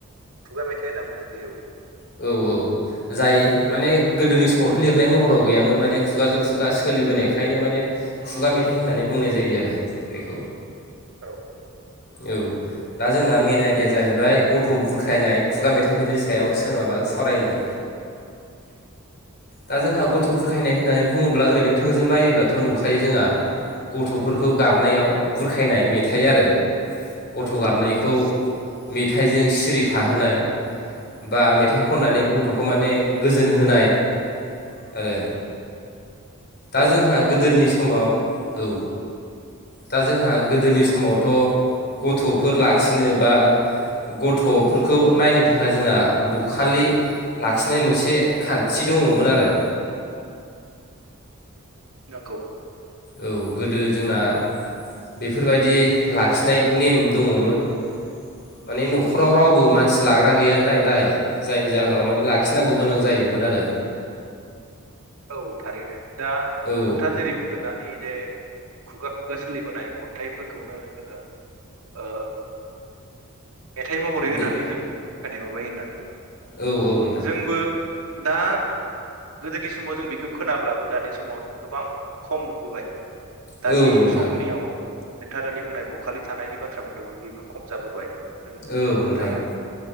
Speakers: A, on the right; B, on the left.
A: खुगा मेथाइ होनना बुंना जे औ
B: औ औ जाय माने गोदोनि समावथ' लिरनाय महराव गैयामोन माने खुगाजों खुगा सोलिबोनायखायनो माने खुगा मेथाइ होननानै बुंनाय जायो आरो बेखौ
A: औ
B: औ दा जोंना मेन आइदिया जाहैबाय गथ' बुरखायनाय खुगा मेथ मेथाइफोरनि सायाव सोर माबा सावरायनो दा जोंहा गथ' बुरखायनाय होननानै बुङोब्ला ओरैनो थोंजों नायोब्लाथ' नुखायो जोंहा गथ'फोरखौ गाबनायाव बुरखायनाय मेथाइ आरो गथ'
A: औ
B: गाबनायखौ
A: औ
B: मेथाइजों सिरि थाहोनाय बा मेथाइ खननानै गथ'खौ माने गोजोन होनाय आरो दा
A: औ
B: जोंहा
A: नोंथां
B: गोदोनि
A: औ
B: समाव औ दा जोंहा गोदोनि समावथ' गथ'फोर लाखिनो बा गथ'फोरखौ नायनो थाखाय जोंना बखालि लाखिनाय मोनसे खान्थि दङ'मोन आरो
A: नंगौ।
B: औ गोदो जोंना बेफोरबायदि लाखिनाय नेम दङ'मोन। माने न'खराव रावबो मानसि लाग्रा गैया जानायलाय जायनि जाहोनाव माने लाखिनांगौ गोनां जायोमोन आरो
A: औ थारैनो दा नोंथाङा
B: आरो औ
A: जेरै बुंदों दानि जे खुगा खुगा सोलिबोनाय खन्थाइफोरखौनो जोङो ओ मेथाइ महरै होनानै
B: दे
A: जों बुरखायनाय माबायै होननानै
B: औ औ नोंथां
A: जोंबो दा नि समाव जों बेखौ खोनाब्लाबो दानि समाव जों गोबां खम नुबोबाय दानि
B: औ नोंथां
A: समनियाव नोंथाङा दानि बुंनाय बखालि थानायनि बाथ्रा बुंदोंमोन बेबो खम जाबोबाय। नों नुनो
B: औ
A: मोनलाया
B: नोंथां